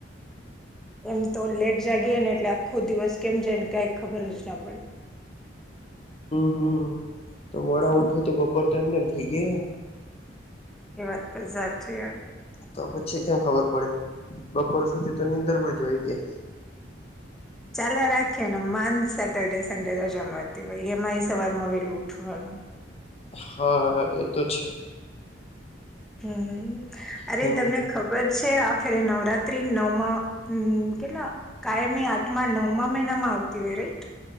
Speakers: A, in the centre; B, on the left.
A: એમ તો લેટ જાગી ને એટલે આખો દિવસ કેમ જાયને કાઈ ખબર જ ના પડતી
B: હમ્મ તો મોડા ઉઠો તો બપોર તો એમને એમ થઇ ગાય ને
A: એ વાત પણ સાચી યાર
B: તો પછી કેમ ખબર ડ બપોર સુધી તો નીંદરમાં જ હોય ગાય
A: ચાાલ રાખીએ ને મા સેટરડે સન્ડે રજામાંતી હોાઈ એમાં એ સવાર માં વેલું ઉઠવાનું
B: હા એતો છે
A: હમ્મ અરે
B: હમ
A: તમને ખબર છે આેરે નવરાત્રી નવમાં કેટલા કાયમી આઠમા નવમા મહિનામાં આવતીવે રઈટ